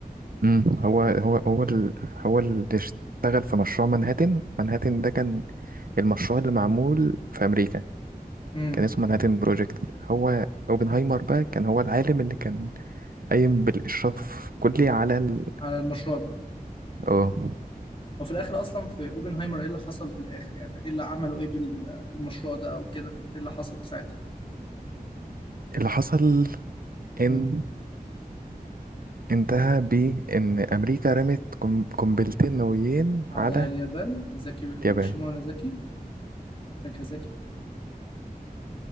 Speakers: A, on the right; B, on the left.
A: امم هو هو هو ال... هو اللي اشتغل في مشروع منهاتن منهاتن ده كان المشروع اللي معمول في امريكا
B: امم
A: كان اسمه منهاتن بروجكت هو اوبنهايمر بقى كان هو العالم اللي كان قايم بالاشراف كلي على ال...
B: على المشروع ده
A: اه
B: وفي الآخر أصلا في أوبنهايمر إيه اللي حصل في الآخر يعني إيه اللي عملوا إيه بال- بالمشروع ده أو كده إيه اللي حصل ساعتها؟
A: اللي حصل ان
B: امم
A: انتهى بان امريكا رمت قم- قنبلتين نوويين
B: على
A: على
B: اليابان نزاكي هيروشيما
A: اليابان
B: ونازاكي ناكازاكي